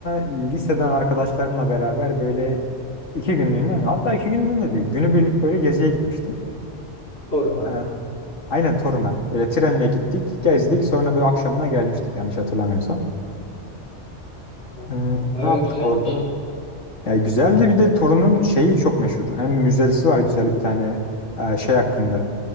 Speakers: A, on the left (about 80°); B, on the left (about 50°).
A: liseden arkadaşlarımla beraber böyle iki günlüğüne mi? Hatta iki günlüğüne değil. Günübirlik böyle geziye gitmiştim.
B: Torun'a.
A: Ee, aynen Torun'a. Böyle trenle gittik, gezdik. Sonra böyle akşamına gelmiştik yanlış hatırlamıyorsam.
B: Oo,
A: Hmm, ne
B: bayağı
A: yaptık
B: güzelmiş.
A: orada? Ya güzeldi bir de Torun'un şeyi çok meşhur. Hem müzesi var güzel bir tane e, şey hakkında.